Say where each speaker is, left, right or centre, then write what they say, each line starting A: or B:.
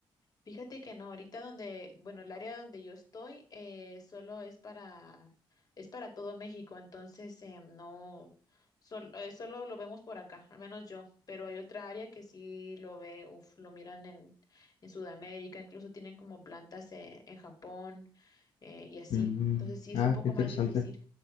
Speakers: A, on the left; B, on the left.
A: Fíjate que no, ahorita donde, bueno, el área donde yo estoy eh, solo es para, es para todo México, entonces eh, no, sol- eh, solo lo vemos por acá, al menos yo, pero hay otra área que sí lo ve, uf, lo miran en, en Sudamérica, incluso tienen como plantas eh, en Japón eh, y así,
B: Mm,
A: entonces sí
B: ah,
A: es un poco
B: qué interesante.
A: más difícil.